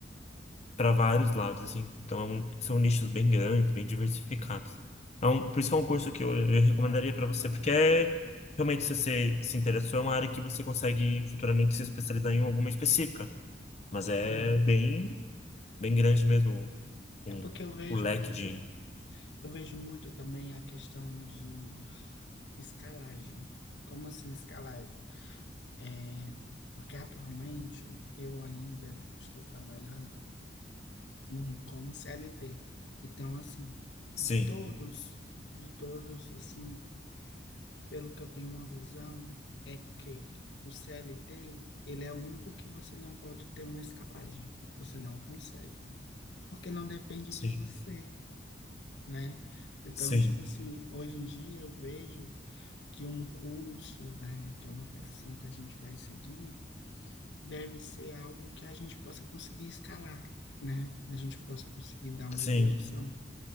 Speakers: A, on the left; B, on the left.
A: para vários lados, assim. Então, é um- são nichos bem grandes, bem diversificados. É um, por isso que é um curso que eu, eu recomendaria para você, porque é, realmente, se você se interessou, é uma área que você consegue futuramente se especializar em alguma específica. Mas é
B: Sim.
A: bem, bem grande mesmo um,
B: É porque eu vejo
A: o leque
B: muito,
A: de.
B: eu vejo muito também a questão de escalagem. Como assim escalagem? É, porque atualmente eu ainda estou trabalhando em- como CLT. Então, assim,
A: Sim,
B: de todos, de todos, assim, pelo que eu tenho uma visão, é que o CLT, ele é o único que você não pode ter uma escalagem. Você não consegue. Porque não depende
A: sim,
B: de você, né? Então,
A: sim,
B: tipo assim, hoje em dia eu vejo que um curso, né, que é uma profissão que a gente vai seguir, deve ser algo que a gente possa conseguir escalar, né? A gente possa conseguir dar uma
A: sim,
B: evolução.